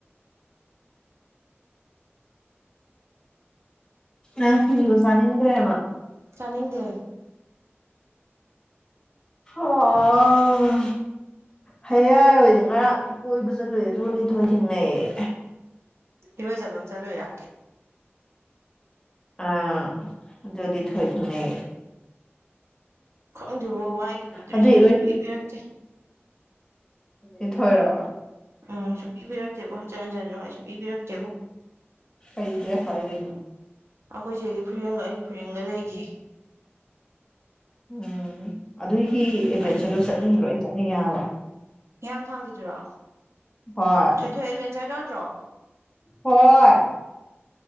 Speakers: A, on the left (about 15°); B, on the right (about 85°).
A: ꯅꯪꯁꯤꯤꯜ ꯌꯣꯁ ꯅꯗ꯭ꯔꯦꯕ
B: ꯆꯅꯤꯡꯗ
A: ꯑꯣ ꯍꯌꯥꯏ ꯍꯣꯏꯗꯤ ꯉꯔꯥꯡ ꯀꯣꯏꯕ ꯆꯠꯂꯨꯏꯦ ꯑꯗꯨꯒ ꯂꯤ ꯊꯣꯏ ꯊꯦꯡꯅꯩꯑ
B: ꯏꯔꯣꯏꯖꯕ ꯑꯃ ꯆꯠꯂꯣꯏꯔ
A: ꯑ ꯑꯗꯨꯗꯤ ꯊꯣꯏ ꯊꯃꯦ
B: ꯑꯗꯨꯕꯨ ꯋꯥꯏꯒꯤꯕꯨ ꯗ꯭ꯔꯔꯤꯁꯤꯅ
A: ꯑꯗꯨꯏ
B: ꯁꯨꯝ ꯂꯤꯕꯤꯔꯛꯆꯦ
A: ꯏꯊꯣꯏꯔꯣ
B: ꯎꯝ ꯁ ꯄꯤꯕꯤꯔꯛꯇꯦꯕꯣ ꯍꯟꯖꯤꯟ ꯍꯟꯖꯤꯟꯁꯨ ꯍꯥꯏꯁꯨ ꯄꯤꯕꯤꯔꯛꯇꯦꯕ
A: ꯐꯗꯦ ꯐꯥꯏꯗꯦꯅ
B: ꯑꯩꯈꯣꯏꯁꯦ ꯑꯩꯗꯤ ꯐꯌꯦꯡꯒ ꯑꯩ ꯐꯨꯔꯡꯒ ꯂꯩꯒ
A: ꯎꯝ ꯑꯗꯨꯏꯒꯤ ꯑꯦꯚꯦꯟꯆꯔꯗꯣ
B: ꯑꯩ
A: ꯆꯠꯅꯤꯡꯕ꯭ꯔꯣꯣꯏ ꯆꯠꯅꯤꯡꯉꯦ ꯍꯥꯏꯕ
B: ꯍꯤꯌꯥꯡ ꯊꯥꯡꯈꯤꯗꯔꯣ
A: ꯍꯣꯏ
B: ꯊꯣꯏꯊꯣꯏ ꯑꯦꯗꯚꯦꯟꯆꯔꯗ ꯅꯠꯇ꯭ꯔꯣ
A: ꯍꯣꯏ